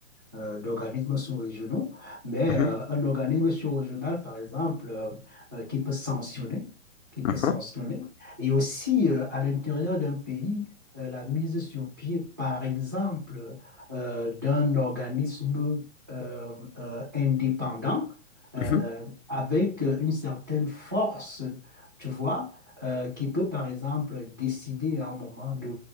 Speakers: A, on the right; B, on the left.
A: euh, d'organismes sous-régionaux, mais
B: mhm,
A: euh, un organisme sous-régional, par exemple, euh, euh, qui peut sanctionner, qui peut
B: mhm,
A: sanctionner, et aussi euh, à l'intérieur d'un pays, euh, la mise sur pied, par exemple, euh, d'un organisme euh, euh, indépendant
B: mhm,
A: euh, avec une certaine force, tu vois, euh, qui peut, par exemple, décider à un moment de